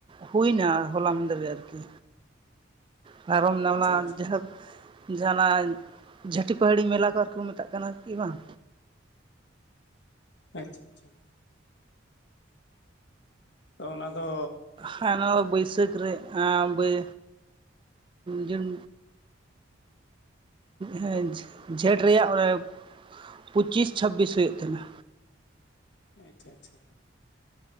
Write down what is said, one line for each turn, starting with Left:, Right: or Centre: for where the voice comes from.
Right: ᱦᱩᱭᱱᱟ ᱦᱚᱞᱟ ᱢᱟᱹᱫᱮᱨ ᱜᱮ ᱟᱨᱠᱤ᱾
Left: <inaudible>
Right: ᱯᱟᱨᱚᱢ ᱱᱟ
Left: ᱟᱪᱪᱷᱟ
Right: ᱚᱱᱟ
Left: ᱟᱪᱪᱷᱟ
Right: ᱡᱟᱦᱟᱛ ᱡᱟᱦᱟᱸᱱᱟᱜ ᱡᱷᱟᱹᱴᱤ ᱯᱟᱹᱟᱦᱟᱹᱲᱤ ᱢᱮᱞᱟ ᱠᱚ ᱟᱨ ᱠᱚ ᱢᱮᱛᱟᱜ ᱠᱟᱱᱟ ᱠᱤ ᱵᱟᱝ᱾
Left: ᱟᱪᱷᱟ ᱟᱪᱷᱟ ᱛᱚ ᱚᱱᱟ ᱫᱚ
Right: ᱦᱮᱸ ᱚᱱᱟ ᱫᱚ ᱵᱟᱹᱭᱥᱟᱹᱠ ᱨᱮ ᱟᱢ ᱵᱟᱹᱭ ᱡᱩᱱ ᱦᱮᱸ ᱡᱷᱮᱸᱴ ᱨᱮᱭᱟᱜ ᱚᱱᱮ ᱯᱚᱪᱤᱥ ᱪᱷᱟᱵᱤᱥ ᱦᱩᱭᱩᱜ ᱛᱟᱦᱮᱱᱟ᱾
Left: ᱟᱪᱷᱟ ᱟᱪᱷᱟ